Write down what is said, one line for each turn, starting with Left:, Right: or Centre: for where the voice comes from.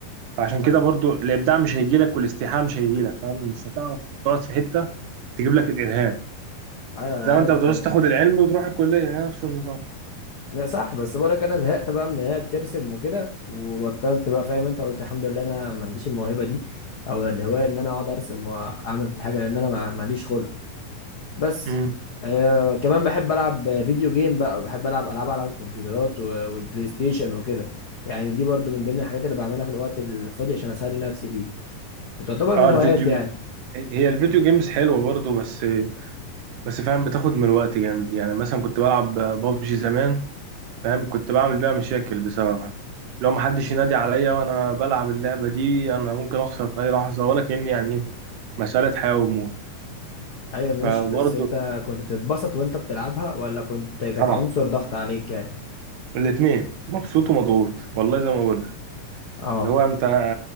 Right: فعشان كده
Left: أم-
Right: برضو الابداع مش هيجي لك والاستيحاء مش هيجي لك فاهم مش هتعرف تقعد في حتة تجيب لك الالهام
Left: أيوة أنا
Right: زي
Left: عارف
Right: ما انت بتعوز
Left: طبعا
Right: تاخد العلم وتروح الكلية هي نفس النظام
Left: لا صح بس بقولك أنا زهقت بقى من إن هي بترسم وكده وبطلت بقى فاهم أنت قلت الحمد لله أنا ما عنديش الموهبة دي أو الهواية إن أنا أقعد أرسم وأعمل في الحاجة لأن أنا ما- ماليش خلق بس
Right: امم
Left: آه كمان بحب العب فيديو جيم بقى بحب العب العاب على الكمبيوترات و- والبلاي ستيشن وكده يعني دي برضو من ضمن الحاجات اللي بعملها في الوقت الفاضي عشان اسلي نفسي فيه وتعتبر
Right: اه
Left: من
Right: الفيديو
Left: هواياتي يعني
Right: هي الفيديو جيمز حلوة برضو بس بس فاهم بتاخد من الوقت جامد يعني مثلا كنت بلعب بابجي زمان فاهم كنت بعمل بيها مشاكل بسببها لو محدش ينادي عليا وانا بلعب اللعبة دي انا ممكن اخسر في اي لحظة ولا كأني يعني مسألة حياة وموت
Left: ايوه ماشي
Right: فبرضه
Left: بس انت كنت بتتبسط وانت بتلعبها ولا كنت كانت
Right: طبعا
Left: عنصر ضغط عليك يعني
Right: الاثنين مبسوط ومضغوط والله زي ما بقول لك
Left: اه
Right: اللي هو انت